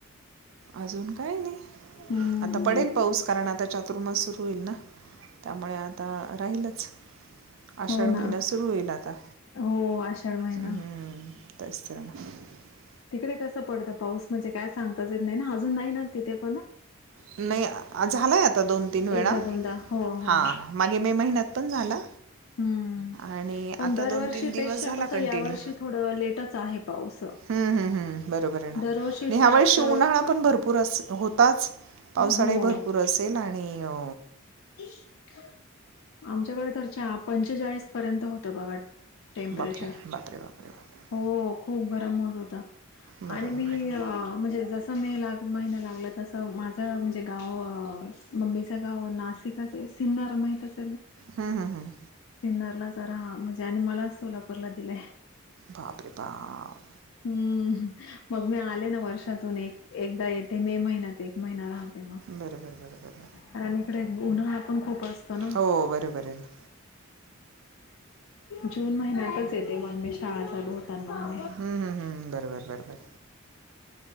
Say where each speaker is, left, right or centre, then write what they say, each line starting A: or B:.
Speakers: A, on the right; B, on the left.
A: अजून काय नाही.
B: हम्म
A: आता पडेल पाऊस कारण आता चातुर्मास सुरू होईल ना त्यामुळे आता राहीलच आषाढ
B: हो ना
A: महिना सुरू होईल आता
B: हो आषाढ महिना
A: हम्म हम्म तेच. <unintelligible>
B: तिकडे कसं पडतं पाऊस म्हणजे काय सांगताचेत नाही ना अजून नाही ना तिथे पण.
A: नाही झालाय आता दोन तीन वेळा
B: एकदा दोनदा हो हो
A: हा मागे मे महिन्यात पण झाला.
B: हम्म.
A: आणि
B: पण
A: आता
B: दरवर्षीपेक्षा
A: दोन तीन दिवस झाला
B: कस
A: कंटिन्यू
B: यावर्षी थोडं लेटच आहे पाऊस. <unintelligible>
A: हम्म, हम्म, हम्म, बरोबर आहे ना आणि
B: दरवर्षी सात
A: ह्या वळेशी उन्हाळा पण भरपूर अस होताच. पावसाळा
B: हो
A: भरपूर असेल आणि अ
B: <unintelligible> आमच्याकडे तर च पंचेचाळीस पर्यंत होत बघट टेम्परेचर
A: बापरे बापरे बापरे बापरे
B: हो खूप गरम होत होता.
A: बरोबर
B: आणि मी
A: बरोबर
B: म्हणजे जस जं मे लाग महिना लागला तसं माझं म्हणजे गाव मम्मीचं गाव नाशिकाच आहे. सिंदा रमायतात
A: हम्म हम्म हम्म हम्म.
B: सिन्नरला जरा म्हणजे आणि मला सोलापूरला दिलाय.
A: बापरे बाप.
B: हम्म मग मी आले ना वर्षातून एक एकदा येते मे महिन्यात एक महिना राहते म.
A: बरोबर बरबर.
B: कारण इकडे उन्हाळा पण खूप असतो ना.
A: हो बरोबर आहे ना
B: जून महिन्यातच येते मग मी शाळा चालू होते.
A: हं, हं, हं. बरोबर बरोबर